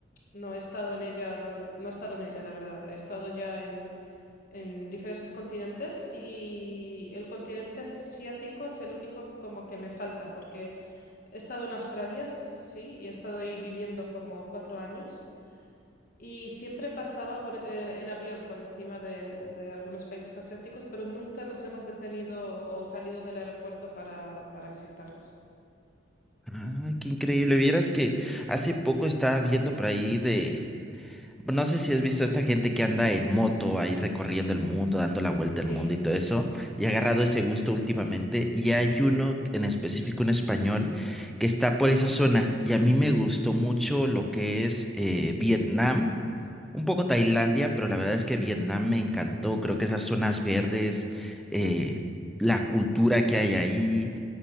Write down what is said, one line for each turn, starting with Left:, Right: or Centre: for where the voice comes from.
Left: no he estado en ella durante, no he estado en ella, la verdad. He estado ya en, en diferentes continentes y el continente asiático es el único como que me falta, porque he estado en Australia, sí, y he estado ahí viviendo como cuatro años. Y siempre pasaba por, eh, en avión por encima de, de algunos países asiáticos, pero nunca nos hemos detenido o salido del aeropuerto para, para visitarlos.
Centre: Ah, qué increíble. Vieras que hace poco estaba viendo por ahí de... No sé si has visto a esta gente que anda en moto ahí recorriendo el mundo, dando la vuelta al
Left: Sí.
Centre: mundo y todo eso. Y he agarrado ese gusto últimamente. Y hay uno en específico, un español, que está por esa zona. Y a mí me gustó mucho lo que es eh, Vietnam. Un poco Tailandia, pero la verdad es que Vietnam me encantó. Creo que esas zonas verdes, eh, la cultura que hay ahí,